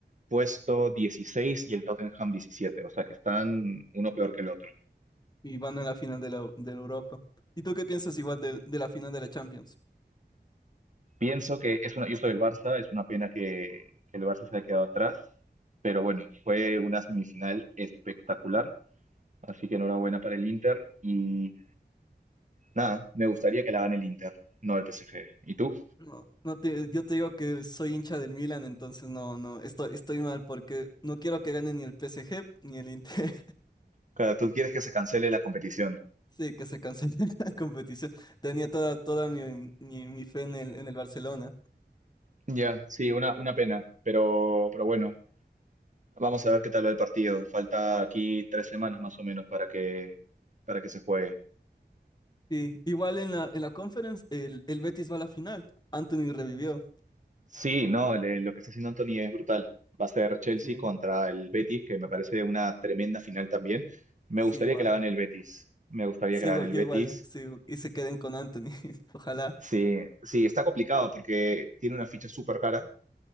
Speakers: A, on the right; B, on the left.
A: puesto 16 y el Tottenham 17. o sea que están uno peor que el otro.
B: y van a la final de la, de la Europa. ¿Y tú qué piensas igual del- de, la final de la Champions?
A: Pienso que es una, yo soy del Barça, es una pena que, que el Barça se haya quedado atrás. pero bueno, fue una semifinal espectacular, así que enhorabuena para el Inter y nada, me gustaría que la gane el Inter, no el PSG. ¿Y tú?
B: No, no te, yo te digo que soy hincha del Milan, entonces no, no, estoy, estoy mal porque no quiero que gane ni el PSG ni el Inter.
A: Claro, tú quieres que se cancele la competición.
B: Sí, que se canceló <laughs> la competición. Tenía toda, toda mi, mi, mi fe en el, en el Barcelona.
A: Ya, sí, una, una pena, pero, pero bueno, vamos a ver qué tal va el partido. Falta aquí tres semanas más o menos para que, para que se juegue.
B: Sí, igual en la, en la conference, el, el Betis va a la final. Anthony revivió.
A: Sí, no, le- lo que está haciendo Anthony es brutal. Va a ser Chelsea
B: Sí,
A: contra el Betis, que me parece una tremenda final también. Me
B: sí,
A: gustaría
B: igual.
A: que la gane el Betis. Me gustaría
B: Sigo,
A: que la gane el
B: yo
A: Betis.
B: igual sigo y se queden con Anthony. <laughs> Ojalá.
A: Sí, sí, está complicado porque tiene una ficha súper cara